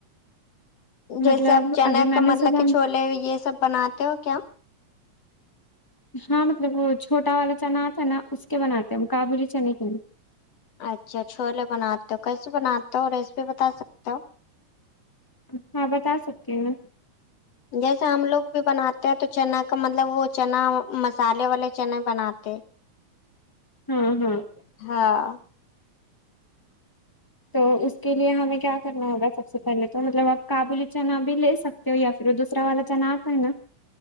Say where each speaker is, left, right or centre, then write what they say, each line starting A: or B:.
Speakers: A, on the left; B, on the left.
A: جیسے
B: مطلب
A: آپ چناکا
B: ابھی میں نے
A: مطلب
B: صبح
A: کہ چھولے یہ سب بناتے ہو کیا
B: ہاں مطلب وہ چھوٹا والا چنا آتا ہے نا اس کے بناتے ہم کابلی چنے کے نںی
A: اچھا چھولے بناتے ہو کیسے بناتے ہو ریسیپی بتا سکتے ہو
B: اتنا بتا سکتی ہوں
A: جیسا ہم لوگ بھی بناتے ہیں تو چنا کا مطلب وہ چنا مسالے والے چنا بنا تو
B: امم امم
A: ہاں
B: تو اس کے لیے ہمیں کیا کرنا ہوگا سب سے پہلے تو مطلب آپ کابلی چنا بھی لے سکتے تو یا پھر دوسر والا چنا آتا ہے نا